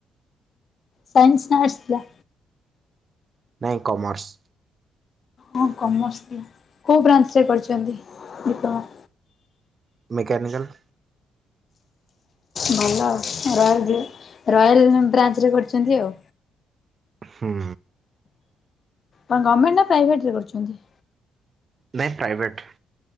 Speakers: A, on the left; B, on the right.
A: ସାଇନ୍ସ ନା ଆର୍ଟ୍ସ ଥିଲା?
B: ନାହିଁ କମର୍ସ।
A: ହଁ କମର୍ସ, କୋଉ ବ୍ରାଞ୍ଚରେ କରିଛନ୍ତି ଡିପ୍ଲୋମା?
B: ମେକାନିକଲ୍।
A: ଭଲ ଆଉ ରାଲ ରୟାଲ ବ୍ରାଞ୍ଚ ରେ କରିଛନ୍ତି ଆଉ।
B: ହୁଁ।
A: କଁ ଗଭମେଣ୍ଟ ନା ପ୍ରାଇଭେଟରେ କରୁଛନ୍ତି?
B: ନାଇଁ ପ୍ରାଇଭେଟ।